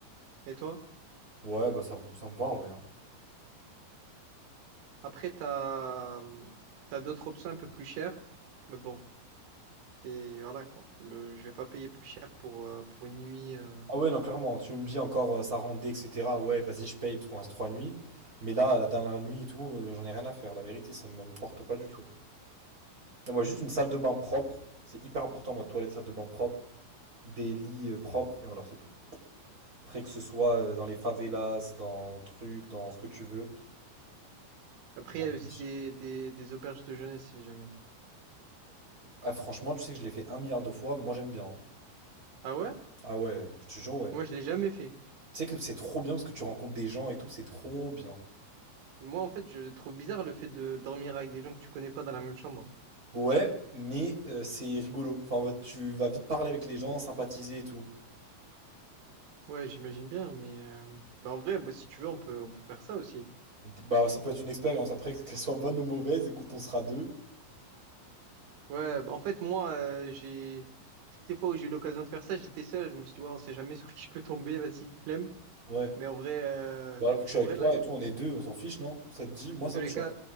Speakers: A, on the right; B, on the right.
A: Et toi?
B: Ouais, bah ça, ça me va en vrai. hein.
A: Après, t'as t'as d'autres options un peu plus chères, mais bon, et voilà quoi. Euh, je vais pas payer plus cher pour euh, pour une nuit. euh.
B: Ah ouais, non, clairement, tu me dis encore euh, ça rendait, etc. Ouais, vas-y, je paye parce qu'on reste trois nuits. Mais là, la dernière nuit et tout, euh, j'en ai rien à faire. La vérité, ça me m'importe pas du tout. Non, moi, juste une salle de bain propre. C'est hyper important, moi, toilette, salle de bain propre, des lits euh, propres, et voilà, c'est tout. Après, que ce soit euh, dans les favelas, dans truc, dans ce que tu veux,
A: Après,
B: je m'en
A: il y
B: fiche.
A: a aussi des, des des auberges de jeunesse si jamais.
B: Ah, franchement, tu sais que je l'ai fait un milliard de fois, moi j'aime bien. hein.
A: Ah ouais?
B: Ah ouais, je te jure, ouais.
A: Moi, je l'ai jamais fait.
B: Tu sais que c'est trop bien parce que tu rencontres des gens et tout, c'est trop bien.
A: Moi, en fait, je trouve bizarre le fait de dormir avec des gens que tu connais pas dans la même chambre.
B: Ouais, mais euh, c'est rigolo. Enfin, en mode, tu vas vite parler avec les gens, sympathiser et tout.
A: Ouais, j'imagine bien, mais euh, bah, en vrai, bah, si tu veux, on peut on peut faire ça aussi.
B: On peut- bah, ça peut être une expérience. Après, <laughs> qu'elle soit bonne ou mauvaise, écoute, on sera deux.
A: Ouais, bah, en fait, moi, euh, j'ai toutes les fois où j'ai eu l'occasion de faire ça, j'étais seul. Je me suis dit, ouais, on sait jamais sur qui je peux tomber, vas-y, flemme.
B: Ouais.
A: Mais en vrai, euh,
B: Bah, vu que je
A: en
B: suis avec
A: vrai,
B: toi
A: là,
B: et tout, on est deux, on s'en fiche, non? Ça te dit? Moi,
A: de
B: ça me
A: les
B: chauffe.
A: cas,